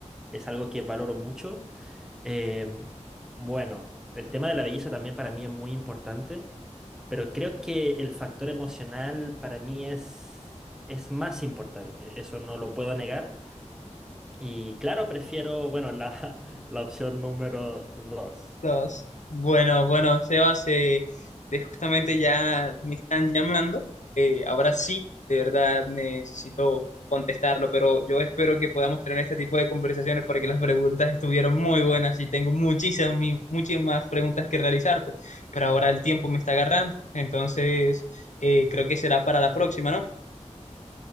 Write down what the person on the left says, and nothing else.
Dos. Bueno, bueno, Sebas, eh, eh, justamente ya me están llamando. Eh, ahora sí, de verdad necesito contestarlo, pero yo espero que podamos tener este tipo de conversaciones porque las preguntas estuvieron muy buenas y tengo muchísimas, mi- muchas más preguntas que realizarte, pero ahora el tiempo me está agarrando, entonces eh, creo que será para la próxima, ¿no?